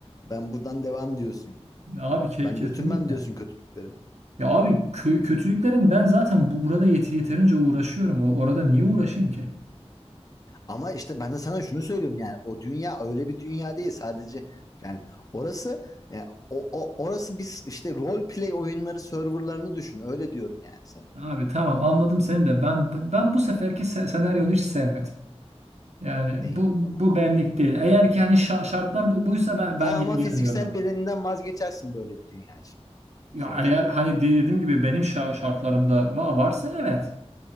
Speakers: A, on the left (about 35°); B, on the right (about 85°).
A: Ben buradan devam diyorsun yani.
B: Abi ke-
A: Ben
B: kesinlikle.
A: götürmem diyorsun kötülükleri.
B: Ya abi kö- kötülüklerin ben zaten bu burada yet- yeterince uğraşıyorum. O- orada niye uğraşayım ki?
A: Ama işte ben de sana şunu söylüyorum yani o dünya öyle bir dünya değil sadece yani orası e, o, o orası biz işte role play oyunları serverlarını düşün öyle diyorum yani sana.
B: Abi tamam anladım seni de ben ben bu seferki se- senaryonu hiç sevmedim. Yani
A: İyi
B: bu bu
A: tamam.
B: benlik değil. Eğer ki hani şa- şartlar bu, buysa ben ben
A: Daha ama
B: gel-
A: fiziksel
B: gelmiyorum abi.
A: bedeninden vazgeçersin böyle bir dünya için
B: Ya
A: sonuçta.
B: eğer hani dediğim gibi benim şa- şartlarımda va- varsa evet.